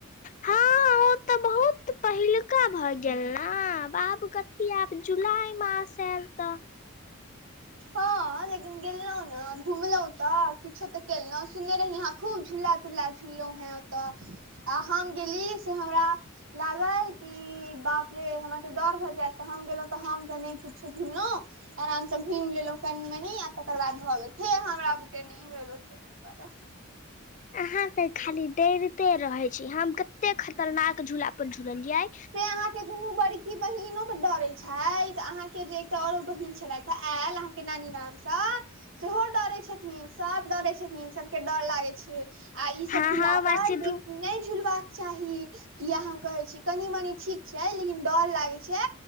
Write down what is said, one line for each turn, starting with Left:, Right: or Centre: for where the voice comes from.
Right: <inaudible>
Left: हँ ओ तऽ पहिलका भए गेल न आब कथी आब जुलाई मास एल तऽ
Right: हँ लेकिन गेलो ने घुमलहुं तऽ किछो ते केलहु सुनने रही अहाँ खूब झूला झूला झुललौ हेंँ ओतऽ आ हम गेली से हमरा। लागल कि बाप रे हमर तऽ डर भऽ जेएत तऽ हम गेलौ तऽ हम तऽ नै किछो झुललौ। आराम सँ - घुइम लेलौं कनि-मनि आ तकर बाद भऽ गेल फेर हमरा बुते नैय भेल ओत्ते अय दुआरे।
Left: अहाँ तऽ खाली डैरते रहै छी हम कत्ते खतरनाक झूला पर झूललयियै।
Right: से अहाँके दुनू बड़की बहिनो के डरै छैयथ आहाँ के जे एकटा औरो बहिन छेलैथि हे एल आहाँ के नानी गाम सँ? सेहो डरै छथिन सब डरै छथिन सबके डर लागै छै। आ ई सब
Left: हँ
Right: झूला
Left: हँ
Right: पर
Left: मासी
Right: बेसी
Left: धू
Right: नै झूलवाक चाही किया हम कहेै छी। कनी मनी ठीक छै लेकिन डर लागे छै